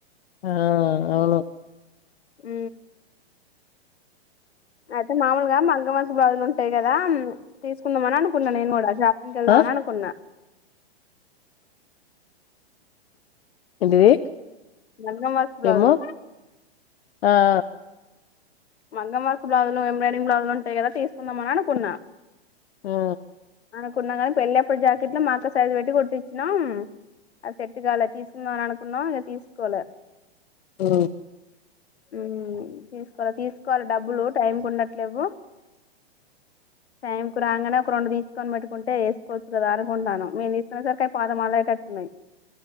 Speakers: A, on the left (about 70°); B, on the left (about 80°).
A: ఆ అవును
B: ఊ అయితే మామూలుగా మగ్గం వర్క్ బ్లౌజ్ ఉంటాయి కదా తీసుకుందాం అని అనుకున్నాను నేను కూడా షాపంగ్కి వెళ్దా
A: ఆ
B: అని అనుకున్న
A: ఎంటిది
B: మగ్గం వర్క్ బ్లౌజులు
A: ఏమో ఆఆ
B: మగ్గం వర్క్ బ్లౌజ్లు ఎంబ్రాయిడింగ్ బ్లౌజ్ ఉంటాయి కదా తీసుందామనీ అని అనుకున్నా
A: ఆ
B: అనుకున్నాం కానీ పెళ్ళి అప్పుడు జాకెట్లో మాకు సైజు పెట్టి కుట్టిచ్చినం అది సెట్టు కాలే తీసుకుందాంమని అనుకున్నాం ఇక తీసుకోలే
A: అ
B: ఉ తీసుకోవాలి తీసుకోవాలి డబ్బులు టైం కు ఉండట్లేవు టైం కు రాగానే ఒక రెండు కొని పెట్టుకుంటే వేసుకోచ్చు కదా అనుకుంటాను మేము తీసుకునే సరికి పాత మెడల్ అయ్యేదట్టున్నాయి